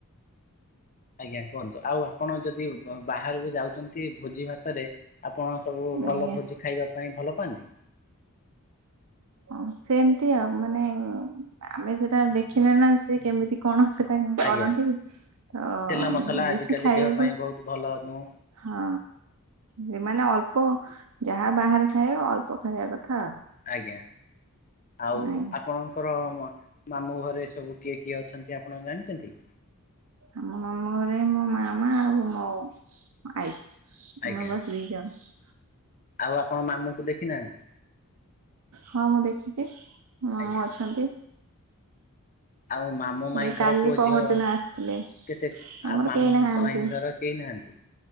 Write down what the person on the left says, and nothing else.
ଆଜ୍ଞା କୁହନ୍ତୁ, ଆଉ ଆପଣ ଯଦି ବାହାରକୁ ଯାଉଚନ୍ତି ଭୋଜି ଭାତ ଭାତରେ ଆପଣ ସବୁ ଭଲ
ଭୋଜି ଖାଇବା ପାଇଁ ଭଲ ପାଆନ୍ତି?
ଆଜ୍ଞା
ତେଲ ମସଲା ଆଜିକାଲି
ଦେହ ପାଇଁ ବହୁତ ଭଲ ନୁହଁ।
ଆଜ୍ଞା। ଆଉ
ଆପଣଙ୍କର ମାମୁଁ ଘରେ ସବୁ କିଏ କିଏ ଅଛନ୍ତି? ଆପଣ ଜାଣିଚନ୍ତି?
ଆଜ୍ଞା
ଆଉ ଆପଣ ମାମୁଁକୁ ଦେଖିନାହାନ୍ତି?
ଆଜ୍ଞା
ଆଉ ମାମୁଁ ମାଇଁଙ୍କର
ପୁଅ
ଝିଅ
କେତେ
ଆଉ ମାମୁଁ
ମାଇଙ୍କର କେଇନାହାନ୍ତି